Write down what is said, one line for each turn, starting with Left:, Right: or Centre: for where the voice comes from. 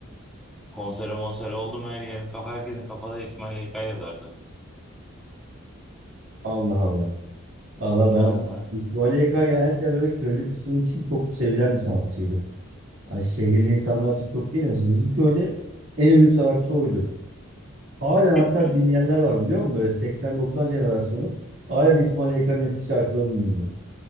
Centre: Konseri monseri oldu mu her yerin kafa herkesin kafada İsmail YK yazardı.
Right: Allah Allah. Allah
Centre: Vallahi.
Right: ben İsmail YK genellikle böyle köylü kısım için çok sevilen bir sanatçıydı. Hani şehirli insanlar için çok değil de mesela bizim köyde en ünlü sanatçı oydu. Halen hatta
Centre: <laughs>
Right: dinleyenler var biliyor musun? Böyle 80-90 jenerasyonu halen İsmail YK'nın eski şarkılarını dinliyor.